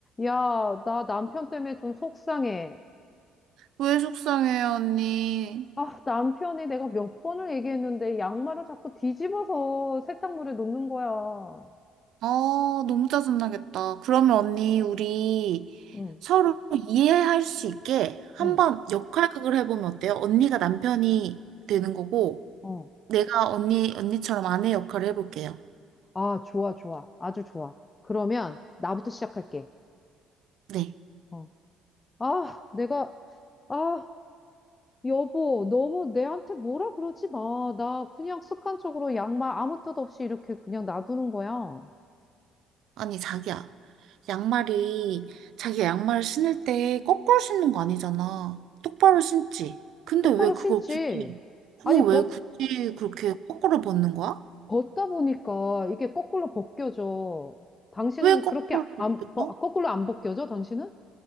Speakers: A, on the left; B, on the right.
A: 야, 나 남편 때문에 좀 속상해.
B: 왜 속상해요, 언니?
A: 아, 남편이 내가 몇 번을 얘기했는데 양말을 자꾸 뒤집어서 세탁물에 놓는 거야.
B: 아, 너무 짜증나겠다. 그러면 언니, 우리
A: 응,
B: 서로 이해할 수 있게 한번
A: 응,
B: 역할극을 해보면 어때요? 언니가 남편이 되는 거고,
A: 어.
B: 내가 언니, 언니처럼 아내 역할을 해볼게요.
A: 아, 좋아, 좋아. 아주 좋아. 그러면 나부터 시작할게.
B: 네.
A: 어. 아, 내가, 아, 여보, 너무 내한테 뭐라 그러지 마. 나 그냥 습관적으로 양말 아무 뜻 없이 이렇게 그냥 놔두는 거야.
B: 아니, 자기야. 양말이, 자기가 양말을 신을 때 거꾸로 신는 거 아니잖아. 똑바로
A: 아,
B: 신지. 근데
A: 똑바로
B: 왜 그걸
A: 신지.
B: 굳이, 그거
A: 아니,
B: 왜
A: 벗,
B: 굳이 그렇게 거꾸로 벗는 거야?
A: 벗다 보니까 이게 거꾸로 벗겨져. 당신은
B: 왜 거꾸로
A: 그렇게 안,
B: 벗겨?
A: 벗- 아, 거꾸로 안 벗겨져, 당신은?